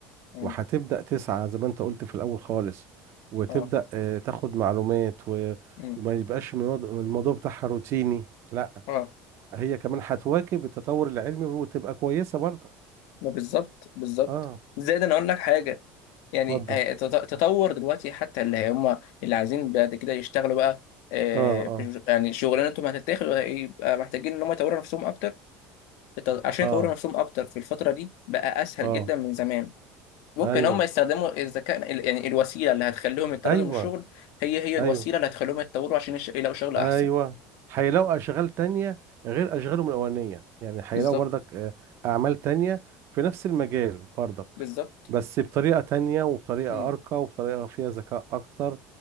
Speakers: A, on the left (about 75°); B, on the right (about 50°).
A: مم.
B: وهتبدأ تسعى زي ما انت قلت في الأول خالص وتبدأ
A: اه
B: آه، تاخد معلومات و...
A: مم.
B: وما يبقاش الموض- الموضوع بتاعها روتيني لا
A: اه
B: هي كمان هتواكب التطور العلمي وتبقى كويسة برضه
A: ما بالظبط بالظبط
B: اه آه،
A: زائد انا اقول لك حاجه يعني
B: اتفضل
A: آه، تط- تطور دلوقتي حتى اللي هم اللي عايزين بعد كده يشتغلوا بقى آه،
B: اه اه
A: في ش- يعني شغلانتهم هتتاخد يبقى محتاجين ان هم يطوروا نفسهم اكتر الت- عشان
B: اه
A: يطوروا نفسهم اكتر في الفترة دي بقى اسهل
B: اه
A: جدا من زمان ممكن
B: ايوه
A: هم يستخدموا الذكاء ال- يعني الوسيلة اللي هتخليهم يطردوا
B: ايوه
A: من الشغل هي هي الوسيلة
B: ايوه
A: اللي هتخليهم يتطوروا عشان يش- يلاقوا شغل
B: ايوه
A: احسن
B: هيلاقوا اشغال تانية غير اشغالهم الاولانيه يعني هيلاقوا
A: بالظبط
B: برضك آه، اعمال تانية في نفس المجال برضك
A: بالظبط
B: بس بطريقه تانية وبطريقه
A: مم.
B: ارقى وبطريقه فيها ذكاء اكتر